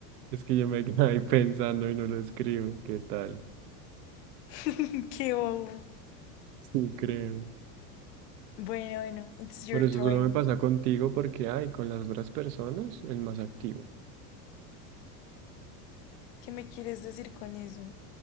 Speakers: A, on the right (about 75°); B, on the left (about 80°).
A: Es que yo me quedé ahí pensando y no lo escribo. ¿Qué tal?
B: <laughs> qué bobo.
A: Sí, creo.
B: Bueno, bueno, it's your
A: Pero
B: turn.
A: eso solo me pasa contigo porque, ay, con las otras personas, el más activo.
B: ¿Qué me quieres decir con eso?